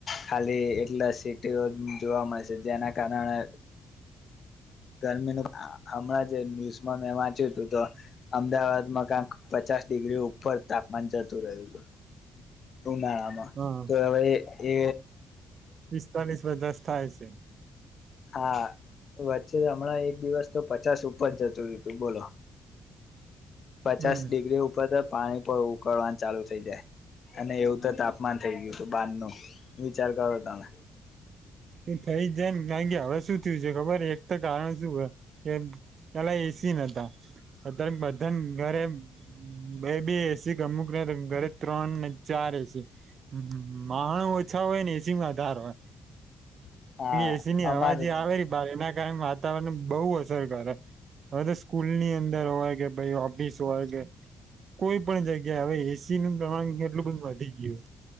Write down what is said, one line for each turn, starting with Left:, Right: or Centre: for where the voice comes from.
Left: ખાલી એટલા સિટીઓ જોવા મળશે. જેના કારણે ગરમીનું હમણાં જે ન્યુઝમાં મેં વાંચ્યું હતું. તો અમદાવાદમાં કંક પચાસ ડિગ્રી ઉપર તાપમાન જતું રહ્યું હતું. ઉનાળામાં
Right: હા
Left: તો હવે એ...
Right: ચાલીસ દસ થાય છે.
Left: હા, વચ્ચે હમણાં એક દિવસ તો પચાસ ઉપર જતું રહ તું બોલો પચાસ
Right: હમ
Left: ડિગ્રી ઉપર તો પાણી ઉકળવાનું ચાલુ થઈ જાય અને એવું તો તાપમાન થઈ ગયું હતું બાર નું વિચાર કરો તમે.
Right: એ થઈ જને તંગે હવે સુું છે ખબર એક તો કારણ શું હોય કે પેલા એસી શું શું છે. ખબર હે, એક તો કારણ શું હે, પેલા એસી નતા અત્યારે બધાને ઘરે બે બે એસી ગમુક ન ઘરે ત્રણ ને ચાર એસી માાણું ઓછા હોય ને એસીમાં આધાર હોય.
Left: હા
Right: એસી ની
Left: અમારે
Right: હવા જે
Left: જ
Right: આવે એ બારના કાર વાતાવરણ ને બહુ અસર કરે, હવે તો સ્કૂલ ની અંદર હોય કે ભ ઓફિસ હોય કે કોઈ પણ જગ્યા હવે એસી નું પ્રમાણ કેટલું બધું વધી ગયું.